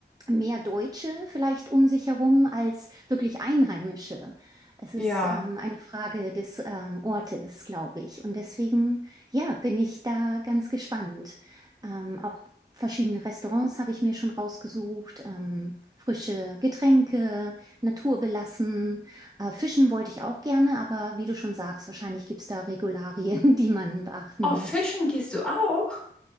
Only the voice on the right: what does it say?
mehr Deutsche vielleicht um sich herum als wirklich Einheimische. Es
ist ähm, eine Frage des ähm, Ortes, glaube ich. Und deswegen. Ja, bin ich da ganz gespannt. Ähm, auch verschiedene Restaurants habe ich mir schon rausgesucht, ähm, frische Getränke, naturbelassen. Äh, Fischen wollte ich auch gerne, aber wie du schon sagst, wahrscheinlich gibt es da Regularien, <laughs> die man beachten
muss.